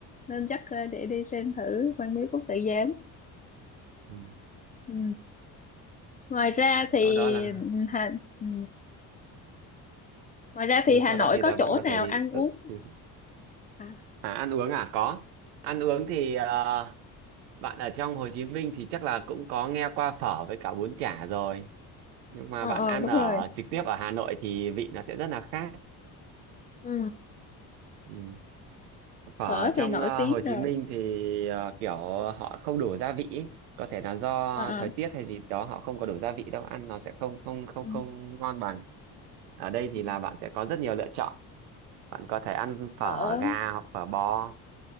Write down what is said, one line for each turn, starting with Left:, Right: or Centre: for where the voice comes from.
Left: nên chắc ờ, để đi xem thử Văn Miếu Quốc Tử Giám.
Right: Ừ.
Left: Ừ. Ngoài ra
Right: Sau
Left: thì
Right: đó là
Left: ừ, Hà, ừ. ngoài ra thì
Right: ừ,
Left: Hà
Right: sau
Left: Nội
Right: đó thì
Left: có
Right: là bạn
Left: chỗ
Right: có
Left: nào
Right: thể đi.
Left: ăn uống
Right: Ừ. <laughs>
Left: à,
Right: À ăn uống à có. Ăn uống thì ờ, bạn ở trong Hồ Chí Minh thì chắc là cũng có nghe qua phở với cả bún chả rồi. nhưng mà
Left: ờ
Right: bạn
Left: ờ
Right: ăn
Left: đúng
Right: ở
Left: rồi
Right: trực tiếp ở Hà Nội thì vị nó sẽ rất là khác
Left: ừ.
Right: ừ. phở
Left: phở
Right: ở trong
Left: thì nổi
Right: ờ,
Left: tiếng
Right: Hồ Chí
Left: rồi
Right: Minh thì ờ, kiểu họ không đủ gia vị ý. có thể là do
Left: ờ ờ
Right: thời tiết hay gì đó họ không có đủ gia vị đâu ăn nó sẽ không không không
Left: ừ.
Right: không ngon bằng ở đây
Left: Ừ.
Right: thì là bạn sẽ có rất nhiều lựa chọn bạn có thể ăn phở
Left: phở
Right: gà hoặc phở bò